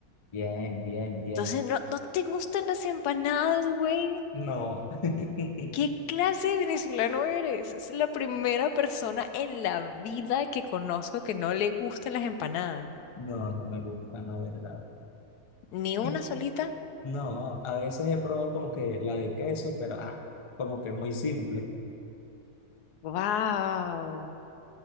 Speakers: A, on the left; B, on the left.
A: Bien, bien, bien.
B: Entonces no, no te gustan las empanadas, güey.
A: No, <laughs>
B: ¿Qué clase de venezolano eres? Es la primera persona en la vida que conozco que no le gusten las empanadas.
A: no, no me gustan, la verdad.
B: ¿Ni una
A: <laughs>
B: solita?
A: No, a veces he probado como que la de queso, pero ah, como que muy simple.
B: ¡Wow!